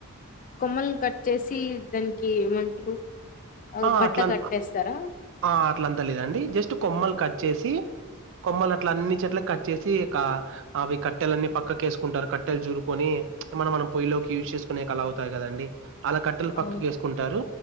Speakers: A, on the left (about 35°); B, on the right (about 60°).
A: కొమ్మని కట్ చేసి దానికి ఏమంటారు ఆహ్,
B: ఆ
A: బట్ట
B: అట్లంత
A: కట్టేస్తారా
B: ఆ అట్లంతా లేదండి జస్ట్ కొమ్మలు కట్ చేసి కొమ్మలు అట్ల అన్ని చెట్ల కట్ చేసి ఇక అవి కట్టెలు అన్ని పక్కకేసుకుంటారు కట్టెలు చూరుకొని చ్ మనం మనం పొయ్యి లోకి యూజ్ చేసుకునే కలా అవుతాయి కదండి అలా కట్టెలు
A: అవును
B: పక్కకు ఏసుకుంటారు